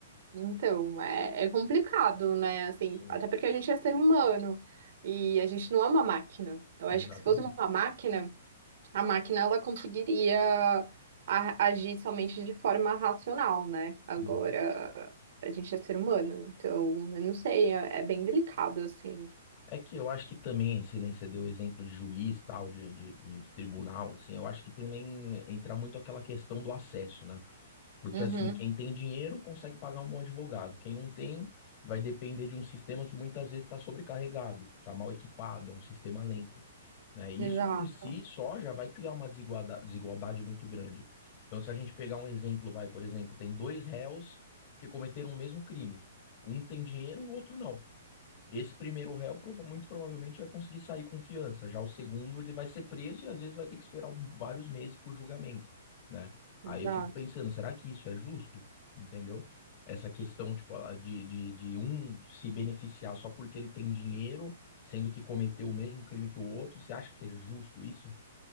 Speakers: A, on the right; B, on the left.
A: Então, é, é complicado, né? Assim,
B: Sim,
A: até porque a gente é ser humano e a gente não é uma máquina. Eu
B: exatamente.
A: acho que se fosse uma máquina, a máquina ela conseguiria a- agir somente de forma racional, né? Agora,
B: Uhum.
A: a gente é ser humano, então, eu não sei, é, é bem delicado, assim.
B: É que eu acho que também, se nem você deu o exemplo de juiz, tal, de, de, de de tribunal, assim, eu acho que também entra muito aquela questão do acesso, né? Porque
A: Uhum.
B: assim, quem tem dinheiro consegue pagar um bom advogado. Quem não tem, vai depender de um sistema que muitas vezes está sobrecarregado, está mal equipado, é um sistema lento, né? E
A: Exato,
B: isso por si só já vai criar uma desiguada- desigualdade muito grande. Então, se a gente pegar um exemplo, vai, por exemplo, tem dois réus que cometeram o mesmo crime. Um tem dinheiro e o outro não. Esse primeiro réu prova- muito provavelmente vai conseguir sair com fiança. Já o segundo, ele vai ser preso e às vezes vai ter que esperar um- vários meses por julgamento, né? Aí
A: exato.
B: eu fico pensando, será que isso é justo? Entendeu? Essa questão, tipo, a- de, de, de um se beneficiar só porque ele tem dinheiro, sendo que cometeu o mesmo crime que o outro, você acha que é justo isso?